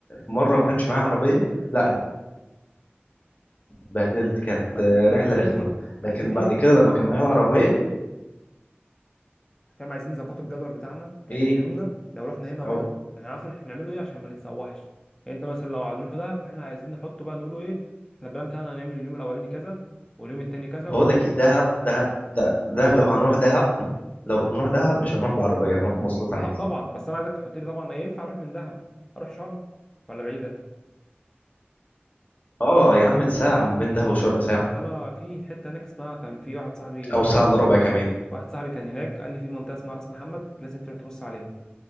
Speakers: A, on the left (about 40°); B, on the left (about 15°).
A: مره ما كانش معايا عربيه لا اتبهدلت كانت
B: ما احنا
A: آه،
B: إحنا
A: رحله
B: عايزين
A: رخمه
B: ايه
A: لكن
B: عايزين ايه
A: بعد كده لما كان معايا العربيه
B: فاهم عايزين نظبطه الجدول بتاعنا يعني
A: ايه
B: اليومنا لو رحنا هنا وهنا
A: عاو-
B: يعني هنعرف إن احنا هنعمله ايه عشان ما نتسوحش يعني انت مثلا لو هنروح دهب فاحنا عايزين نحطه بقى نقوله ايه احنا البلان بتاعنا هنعمل اليوم الاولاني كذا واليوم التاني كذا
A: بقول
B: واليوم
A: لك ايه دهب دهب ده- دهب لو هنروح دهب لو هنروح دهب مش هنروح بعربيه هنروح مواصلات عادي
B: اه طبعا بس انا عايزك تحط لي طبعا ينفع اروح من دهب اروح شرم ولا بعيده
A: اه يا عم ساعه من بين دهب وشرم ساعه
B: اصل انا في حته هناك اسمها كان في واحد صاحبي
A: او ساعه الا ربع كمان
B: واحد صاحبي كان هناك قال لي في منطقه اسمها راس محمد لازم تروح تبص عليها